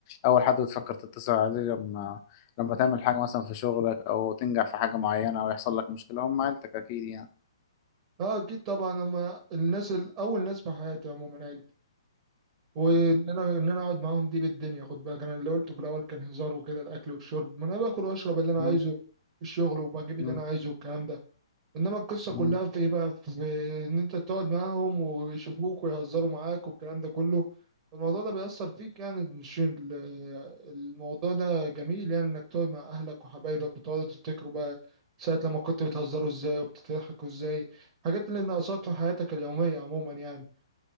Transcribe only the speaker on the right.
اه أكيد طبعا هما الناس ال- أول ناس في حياتي عموما عيلتي. وان انا ان انا اقعد معاهم دي بالدنيا خد بالك انا اللي قلته في الاول كان هزار وكده الاكل والشرب ما انا باكل واشرب اللي انا
عايزه في الشغل وبجيب اللي
انا عايزه والكلام ده انما القصه
كلها في ايه بقى في ان انت تقعد معاهم ويشوفوك ويهزروا معاك والكلام ده كله الموضوع ده بيأثر فيك يعني مش ال- الموضوع ده جميل يعني انك تقعد مع اهلك وحبايبك وتقعدوا تفتكروا بقى ساعة لما كنت بتهزروا ازاي وبتضحكوا ازاي الحاجات اللي ناقصاك في حياتك اليومية عموما يعني